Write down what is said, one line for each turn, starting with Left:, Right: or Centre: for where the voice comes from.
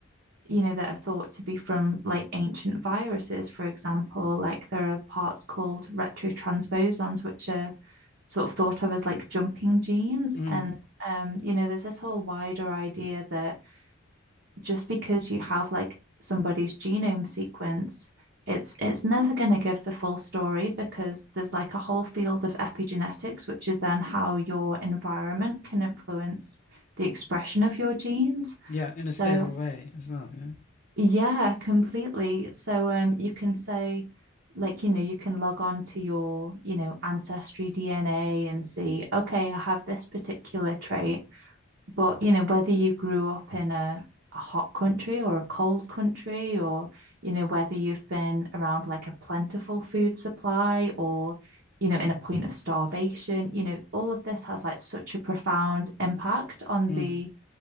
Right: you know, that are thought to be from like ancient viruses, for example. Like there are parts called retrotransposons, which are sort of thought of as like jumping genes.
Left: Mm.
Right: And um, you know, there's this whole wider idea that just because you have like somebody's genome sequence, it's it's never going to give the full story because there's like a whole field of epigenetics, which is then how your environment can influence the expression of your genes.
Left: Yeah, in
Right: So,
Left: a stable way as well. Yeah.
Right: yeah, completely. So, um, you can say like you know you can log on to your you know ancestry DNA and see okay I have this particular trait but, you know, whether you grew up in a, a hot country or a cold country, or, you know, whether you've been around like a plentiful food supply or, you know, in a point of starvation, you know, all of this has like such a profound impact on
Left: Mm,
Right: the